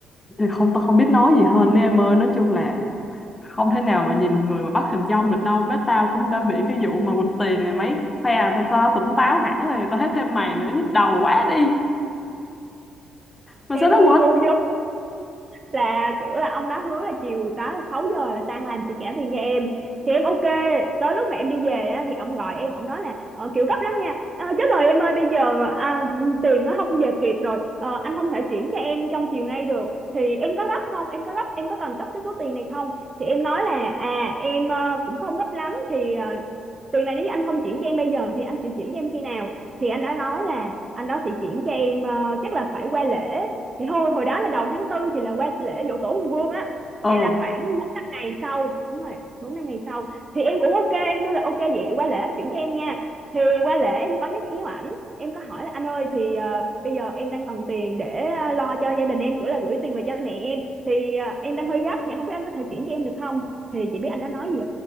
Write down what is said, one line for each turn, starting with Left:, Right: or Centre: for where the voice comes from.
Left: thì không tao không biết nói gì hơn nữa em ơi nói chung là không thể nào mà nhìn một người mà bắt hình dong được đâu bé tao cũng đã bị cái vụ mà quỵt tiền này mấy phe à, tao, tao tỉnh táo hẳn rồi tao thấy thêm mày nữa nhức đầu quá đi mà
Right: em
Left: sao nó quỵt
Right: ngu dốt là kiểu là ông đó hứa là chiều đó là 6 giờ là tan làm sẽ trả tiền cho em thì em ok tới lúc mà em đi về á, thì ông gọi em ông nói là ờ, kiểu gấp lắm nha Ờ, chết rồi em ơi bây giờ à, tiền nó không về kịp rồi Ờ, anh không thể chuyển cho em trong chiều nay được thì em có gấp không em có gấp em có cần gấp cái số tiền này không thì em nói là à em ờ, cũng không gấp lắm thì ờ, tiền này nếu như anh không chuyển cho em bây giờ thì anh sẽ chuyển cho em khi nào thì anh đã nói là anh đó sẽ chuyển cho em ờ, chắc là phải qua lễ thì thôi hồi đó là đầu tháng tư thì là qua lễ giỗ tổ Hùng Vương á
Left: ờ
Right: thì là khoảng bốn năm ngày sau đúng rồi bốn năm ngày sau thì em cũng ok em kêu là ok vậy qua lễ anh chuyển cho em nha thì qua lễ em có nhắc khéo ảnh em có hỏi là anh ơi thì ờ, bây giờ em đang cần tiền để ờ, lo cho gia đình em kiểu là gửi tiền về cho mẹ em thì ờ, em đang hơi gấp thì không biết anh có thể chuyển cho em được không thì chị biết anh đã nói gì